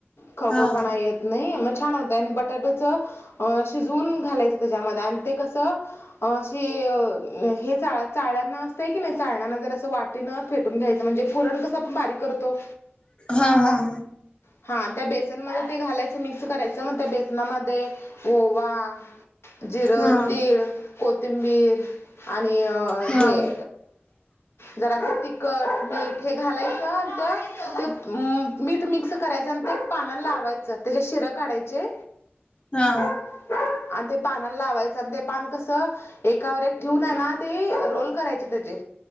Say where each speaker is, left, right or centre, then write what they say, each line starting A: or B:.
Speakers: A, on the left (about 85°); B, on the left (about 25°).
A: खवखवपणा
B: हा हा
A: येत नाही. म छान होत आणि बटाटोच शिजवून घालायचं त्याच्यामध्ये आणि ते कसं हा. शिय हे चाळ चाळण असतंय की नाही चाळण्यांन जर असं वाटीनं फेटून घ्यायचं म्हणजे पुरण कसं आपण बारीक करतो.
B: हा हा हा.
A: हा. त्या बेसनमध्ये ते घालायचं मिक्स करायचं, मग त्या बेसनामध्ये ओवा जीर,
B: हा
A: तीळ कोथिंबीर आणि
B: हा
A: हे
B: हा
A: जरास तिखट, मीठ हे घालायचं त्या ते मीठ मिक्स त्याच्यानं ते पाना लावायचं त्याच्या शिरा काढायचे
B: हा.
A: आणि ते पानाला लावायचं आणि ते पान कस एकावर एक ठीवू नाही ना ते रोल करायचे त्याचे